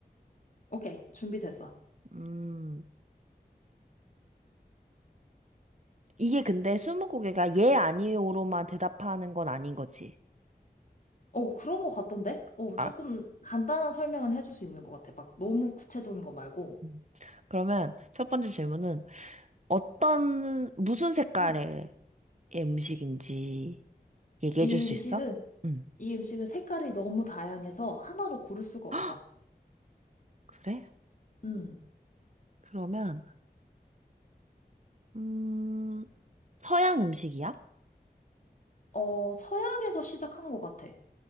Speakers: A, on the left (about 50°); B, on the right (about 45°).
A: 오케이, 준비됐어.
B: 음, 이게 근데 스무고개가 예, 아니요로만 대답하는 건 아닌 거지.
A: 어, 그런 거 같던데? 어,
B: 아,
A: 조금 간단한 설명은 해줄 수 있는 것 같아. 막 너무 구체적인 거 말고.
B: 음. 그러면 첫 번째 질문은 어떤, 무슨 색깔의
A: <clears throat>
B: 음식인지 얘기해
A: 이
B: 줄 수
A: 음식은,
B: 있어? 응.
A: 이 음식은 색깔이 너무 다양해서 하나로 고를 수가 없다.
B: <gasps> 그래?
A: 음,
B: 그러면, 음, 서양 음식이야?
A: 어, 서양에서 시작한 것 같아.